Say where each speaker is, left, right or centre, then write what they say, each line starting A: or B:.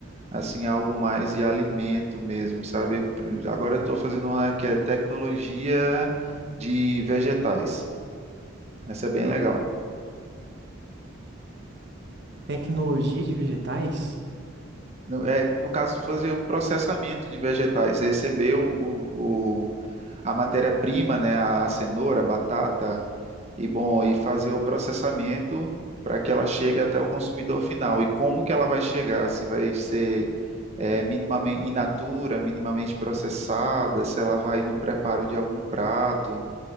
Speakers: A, on the right; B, on the right.
A: assim algo mais de alimento mesmo, sabe? Agora estou fazendo uma que é tecnologia de vegetais. Essa é bem legal.
B: Tecnologia de vegetais?
A: no, é, no caso, fazer o processamento de vegetais, receber o, o, o- a matéria-prima, né, a, a cenoura, a batata, e bom, e fazer o processamento para que ela chegue até o consumidor final. E como que ela vai chegar? Se vai ser é, minimamente in natura, minimamente processada, se ela vai no preparo de algum prato,